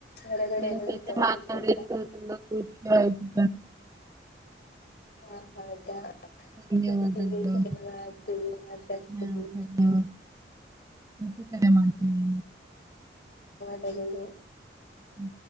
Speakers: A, on the left (about 60°); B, on the right (about 20°).
A: ಹೊರಗಡೆ
B: ನಿಮ್
A: ಏನಾದ್ರು
B: ಜೊತೆ
A: ತಗೋಬೇಕು
B: ಮಾತಾಡಿ
A: ಅಂತ
B: ತುಂಬಾ ಖುಷಿ ಆಯಿತು
A: ಅ ಹೌದಾ.
B: ಧನ್ಯವಾದಗಳು
A: ಸರಿ ಹೀಗೆ ಕರೆ ಮಾಡ್ತೀವಿ ಮಾತಾಡ್ತೀವಿ
B: ಧನ್ಯವಾದ ಮತ್ತೆ ಕರೆ ಮಾಡ್ತೀನಿ
A: ನಿಮಗೂ
B: ಹು